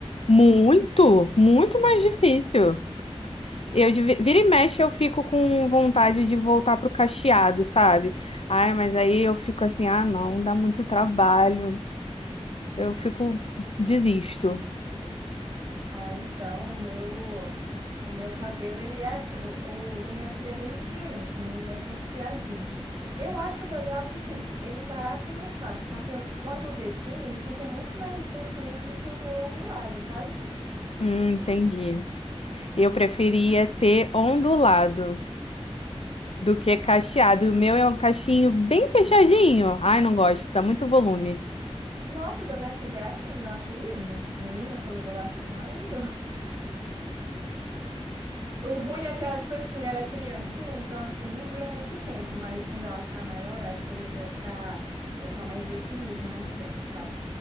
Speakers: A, on the left; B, on the right.
A: Muito, muito mais difícil. Eu de vi- vira e mexe eu fico com vontade de voltar pro cacheado, sabe? Ai, mas aí eu fico assim, ah, não, dá muito trabalho. Eu fico desisto.
B: Ah, então, o meu, o meu cabelo, ele é assim, o, o da minha filha é bem diferente, né? Ele é cacheadinho. Eu acho que o cabelo dela, tipo assim, ele embaraça mais fácil. Só que quando define, ele fica muito mais definido do que o meu ondulado, sabe?
A: Hum, entendi. Eu preferia ter ondulado do que cacheado. O meu é um cachinho bem fechadinho. Ai, não gosto, dá muito volume.
B: Nossa, o da minha filha é assim, eu acho lindo. Menino, o cabelo dela eu acho maravilhoso. O ruim é que ela, tipo assim, ela é criancinha, então assim, não dura muito tempo, mas quando ela ficar maior, acho que aí vai ficar, vai ficar mais definido, mais tempo, sabe?